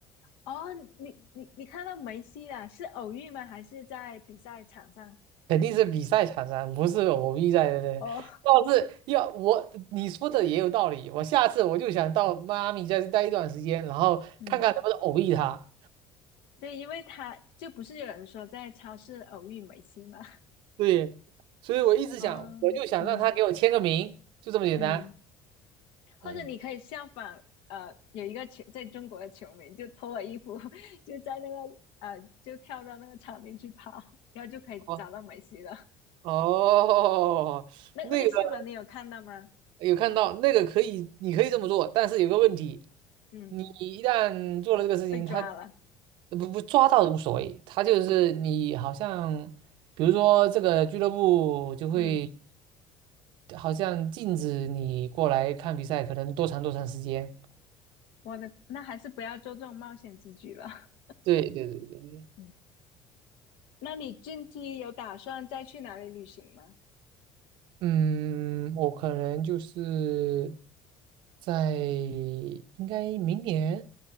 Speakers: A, on the left; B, on the right.
A: 哦，你你你看到梅西了，是偶遇吗？还是在比赛场上？
B: 肯定是比赛场上，不是偶遇在的。
A: 哦，
B: <laughs> 要是要我你说的也有道理，我下次我就想到迈阿密再待一段时间，然后看看能不能偶遇他。
A: <laughs> 嗯，对，因为他就不是有人说在超市偶遇梅西吗？
B: 对，所以我一直想，
A: <laughs> 哦，
B: 我就想让他给我签个名，
A: 嗯
B: 就这么简单。
A: 嗯，或者你可以效仿，
B: 嗯，
A: 呃，有一个球在中国的球迷就脱了衣服，<laughs> 就在那个呃，就跳到那个场地去跑，然后就可以找到梅西了。
B: 哦哦，
A: 那那个新闻你有看到吗？
B: 那个。有看到那个可以，你可以这么做，但是有个问题，
A: 嗯，
B: 你一旦做了这个事情，
A: 被抓了。
B: 他呃不不抓到无所谓，他就是你好像，比如说这个俱乐部就会
A: 嗯。
B: 好像禁止你过来看比赛，可能多长多长时间。
A: 我的，那还是不要做这种冒险之举了。<laughs>
B: 对对对对对，
A: 嗯，那你近期有打算再去哪里旅行吗？
B: 嗯，我可能就是在应该明年，